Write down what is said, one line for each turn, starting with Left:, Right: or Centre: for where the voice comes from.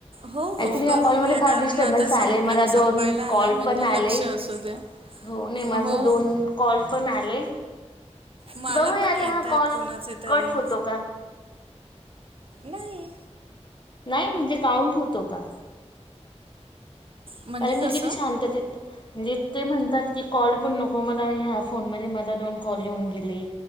Right: हो हो
Left: एक्चुली या
Right: करून
Left: कॉलमध्ये
Right: घ्या
Left: फार
Right: कारण
Left: डिस्टर्बन्स
Right: आता संपण्या
Left: आले मला
Right: संपायला
Left: दोन
Right: आलाय
Left: कॉल
Right: म्हणजे
Left: पण आले,
Right: लक्ष असू द्या.
Left: हो नाही माझ
Right: हो
Left: दोन कॉल पण आले
Right: मला
Left: बघूया
Right: पण
Left: आता
Right: येत
Left: यां
Right: आहेत
Left: कॉल
Right: कुणाचे तरी.
Left: कट होतो का?
Right: नाही.
Left: नाही म्हणजे काउंट होतो का?
Right: म्हणजे
Left: कारण की
Right: कसं?
Left: किती शांततेत म्हणजे ते म्हणतात की कॉल पण नको मला ह्या फोनमध्ये मला दोन कॉल येऊन गेले.